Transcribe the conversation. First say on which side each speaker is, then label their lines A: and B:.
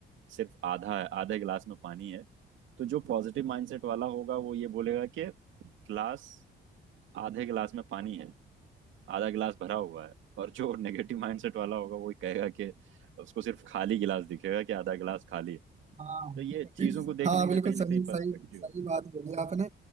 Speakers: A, on the right; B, on the right.
A: सिर्फ आधा है आधे गिलास में पानी है तो जो पॉजिटिव माइंडसेट वाला होगा वो ये बोलेगा कि गिलास आधे गिलास में पानी है आधा गिलास भरा हुआ है और जो नेगेटिव माइंडसेट वाला होगा वो कहेगा कि उसको सिर्फ खाली गिलास दिखेगा कि आधा गिलास खाली है
B: हाँ
A: तो ये चीजों को देखने
B: हाँ बिल्कुल
A: का कहीं
B: सही
A: ना कहीं पर्सपेक्टिव
B: सही सही
A: है
B: बात बोली आपने